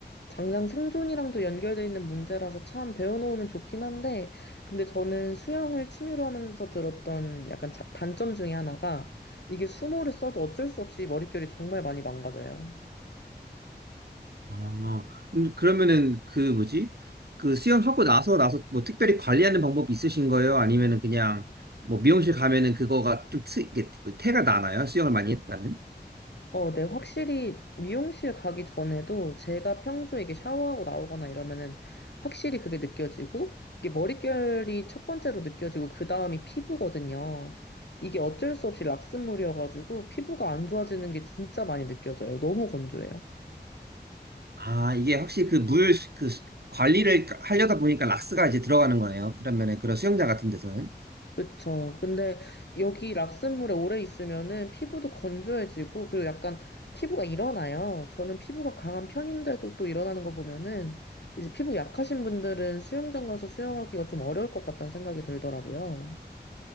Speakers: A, on the left; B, on the right.
A: 당장 생존이랑도 연결되어 있는 문제라서 참 배워놓으면 좋긴 한데, 근데 저는 수영을 취미로 하면서 들었던 약간 자- 단점 중에 하나가 이게 수모를 써도 어쩔 수 없이 머릿결이 정말 많이 망가져요.
B: 아, 음, 그러면은 그 뭐지? 그 수영하고 나서 나서 뭐 특별히 관리하는 방법이 있으신 거예요? 아니면은 그냥 뭐 미용실 가면은 그거가 좀 트, 이게 뭐 태가 나나요? 수영을 많이 했다는?
A: 어, 네, 확실히 미용실 가기 전에도 제가 평소에 이게 샤워하고 나오거나 이러면은 확실히 그게 느껴지고 이게 머릿결이 첫 번째로 느껴지고 그 다음이 피부거든요. 이게 어쩔 수 없이 락스물이어가지고 피부가 안 좋아지는 게 진짜 많이 느껴져요. 너무 건조해요.
B: 아, 이게 확실히 그 물, 그 관리를 하려다 보니까 락스가 이제 들어가는 거네요. 그런 면에, 그런 수영장 같은 데서는.
A: 그쵸. 근데 여기 락슨물에 오래 있으면은 피부도 건조해지고, 그리고 약간 피부가 일어나요. 저는 피부가 강한 편인데도 또 일어나는 거 보면은, 이제 피부 약하신 분들은 수영장 가서 수영하기가 좀 어려울 것 같다는 생각이 들더라고요.